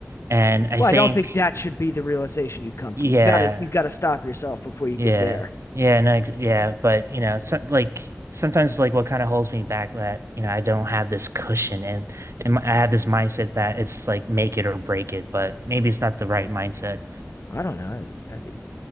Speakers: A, on the right; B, on the left.
A: And I
B: Well,
A: think
B: I don't think that should be the realization you come
A: yeah,
B: to. You gotta you gotta stop yourself before you
A: Yeah.
B: get there.
A: Yeah. No, ex- yeah. But, you know, some, like sometimes, like what kind of holds me back that, you know, I don't have this cushion and, and I have this mindset that it's like make it or break it, but maybe it's not the right mindset.
B: I don't know. I think